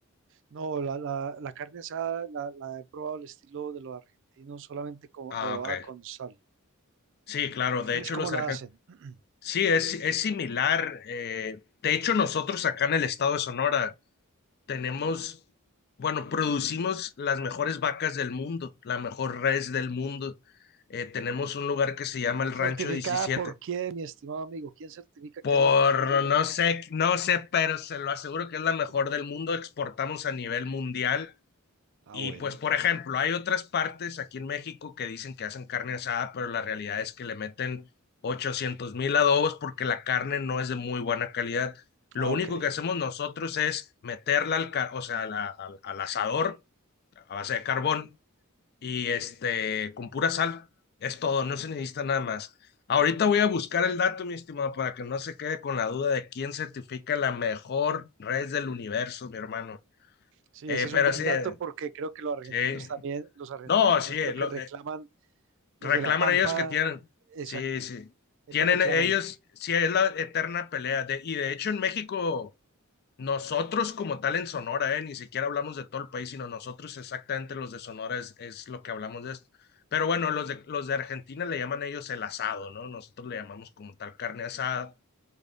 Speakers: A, on the right; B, on the left.
A: No, la, la, la carne asada la, la he probado al estilo de los argentinos, solamente con,
B: Ah,
A: adobada
B: ok.
A: con sal.
B: Sí, claro.
A: ¿Ustedes
B: De hecho,
A: cómo
B: los
A: la
B: argentinos.
A: hacen? <clears throat>
B: Sí, es, es similar. eh, de hecho, nosotros acá en el estado de Sonora tenemos, bueno, producimos las mejores vacas del mundo, la mejor res del mundo. Eh, tenemos un lugar que se llama el
A: ¿Certificada
B: Rancho Diecisiete.
A: por quién, mi estimado amigo? ¿Quién certifica
B: Por
A: que es la mejor? que es
B: no sé, no sé, pero se lo aseguro que es la mejor
A: la- <laughs>
B: del mundo. Exportamos a nivel mundial.
A: Ah,
B: Y
A: bueno.
B: pues, por ejemplo, hay otras partes aquí en México que dicen que hacen carne asada, pero la realidad es que le meten ochocientos mil adobos porque la carne no es de muy buena calidad. Lo
A: Ah,
B: único
A: ok.
B: que hacemos nosotros es meterla al, ca- o sea, a la- al al asador a base de carbón y este, con pura sal. Es todo, no se necesita nada más. Ahorita voy a buscar el dato, mi estimado, para que no se quede con la duda de quién certifica la mejor red del universo, mi hermano.
A: Sí,
B: Eh,
A: ese es
B: pero
A: un buen
B: sí,
A: dato
B: eh,
A: porque creo que los argentinos
B: sí.
A: también, los argentinos
B: No,
A: también
B: sí,
A: creo
B: lo-
A: que reclaman
B: eh,
A: Los
B: Reclaman
A: de La Pampa,
B: ellos que tienen,
A: exacta.
B: sí, sí,
A: Ellos
B: tienen
A: reclaman.
B: ellos, sí, es la eterna pelea. De, y de hecho en México, nosotros como tal en Sonora, eh, ni siquiera hablamos de todo el país, sino nosotros exactamente los de Sonora es, es lo que hablamos de esto. Pero bueno, los de, los de Argentina le llaman ellos el asado, ¿no? Nosotros le llamamos como tal carne asada,